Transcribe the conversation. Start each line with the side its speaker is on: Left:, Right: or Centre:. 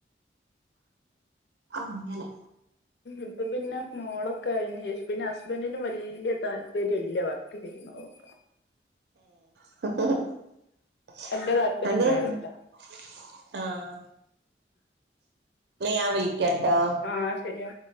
Right: അങ്ങനെ
Left: ഇപ്പ പിന്നെ മോളൊക്കെ ആയിന് യേശു പിന്നെ ഹസ്ബൻറിന് വലിയ താല്പര്യം ഇല്ല വർക്ക് <unintelligible>
Right: <unintelligible>
Left: വല്യ താല്പര്യം ഉണ്ടായിരുന്നില്ല
Right: ഇ ഞാൻ വിളിക്കട്ടാ....
Left: ആഹ് ശരിയാ